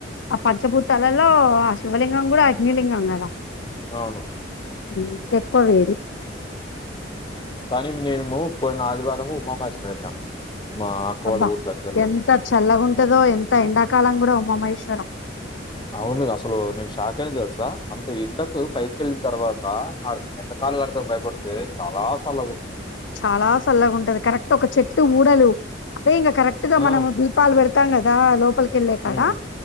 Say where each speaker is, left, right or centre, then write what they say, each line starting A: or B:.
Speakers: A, on the left (about 80°); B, on the left (about 25°).
A: ఆ పంచభూతాలలో ఆ శివలింగం కూడా అగ్నిలింగం కదా
B: అవును
A: హ్మ్ ఇంకేక్కువ వేడి
B: కాని మేము పోయిన ఆదివారం ఉమామహేశ్వరం వెళ్ళినాం మా అక్క
A: అబ్బా
B: వాళ్ళ ఊరి దగ్గరలో
A: ఎంత చల్లగుంటదో ఎంత ఎండాకాలం కూడా ఉమాహేశ్వరం
B: అవును అసలు నేను షాక్ అయినా తెలుసా అంత ఎండకు పైకెళ్ళిన తర్వాత ఆడ ఎండక్ కాళ్లు కడుక్కునే భయపడితే చాలా సల్లగుంది
A: చాలా సల్లగా ఉంటది కరెక్ట్ ఒక చెట్టు ఊడలు అదే ఇంకా కరెక్ట్ గా
B: ఆ!
A: మనం దీపాలు పెడు తాం కదా లోపలి కెళ్ళే కాడ
B: హ్మ్.